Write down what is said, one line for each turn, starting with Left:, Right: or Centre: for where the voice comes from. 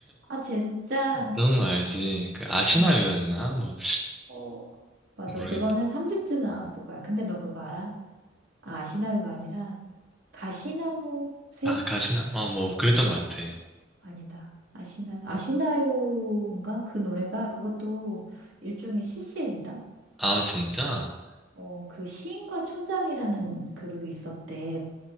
Right: 아, 진짜?
Centre: 너무 알지. 그 아시나요였나?
Right: 어.
Centre: 뭐
Right: 어, 맞아.
Centre: 모르겠.
Right: 그건 한 3집쯤 나왔을 거야. 근데 너 그거 알아? 아, 아시나요가 아니라 가시나무 새?
Centre: 아 가시나? 아 뭐 그랬던 것 같아.
Right: 아니다. 아시나요? 아시나요인가? 그 노래가 그것도 일종의 CCM이다.
Centre: 아 진짜?
Right: 어, 그 시인과 촌장이라는 그룹이 있었대.